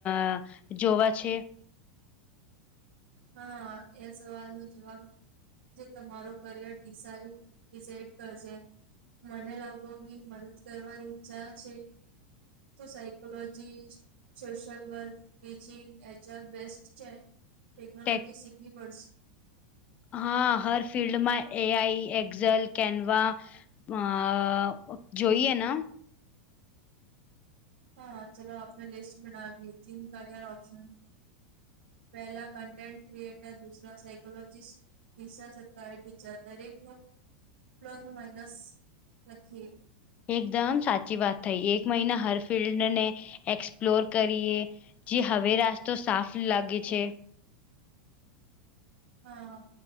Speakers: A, on the left; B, on the right.
A: <inaudible> જોવા છે.
B: હા એ સવાલ નો જવાબ. જે તમારો કરિયર ડિસાઇડ ડિસાઇડ કરશે. મને <unintelligible> મદદ કરવાની ઈચ્છા છે. તો psychology social work teaching HR best છે. ટેક્નોલોજી
A: ટેક
B: શીખવી પડશે.
A: હા હર ફિલ્ડમાં એ આઈ એક્ઝલ કેનવા અ અ જોઈએ ન.
B: હા ચલો આપને લિસ્ટ બનાવીએ તીન કરયર ઓપ્શન. પહેલા કન્ટેન્ટ ક્રિએટર, દુસરા સાયકોલોજીિસ્ટ તીસરા સર <unintelligible> દરેક નું પ્લસ માઇનસ લખી
A: એકદમ સાચી વાત થઈ. એક મહિના હર ફિલ્ડ ને એક્સપ્લોર કરીએ. જે હવે રાસ્તો સાફ લાગે છે.
B: હા